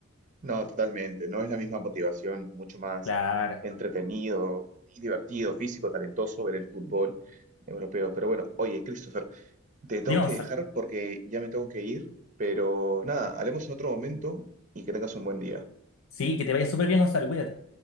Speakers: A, on the right; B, on the left.
A: No, totalmente. No es la misma motivación, mucho más
B: Claro.
A: entretenido y divertido, físico, talentoso ver el fútbol europeo. Pero bueno, oye, Christopher, Te tengo
B: Dime,
A: que
B: Gonzalo.
A: dejar porque ya me tengo que ir, pero nada, hablemos en otro momento y que tengas un buen día.
B: Sí, que te vaya súper bien, Gonzalo, cuídate.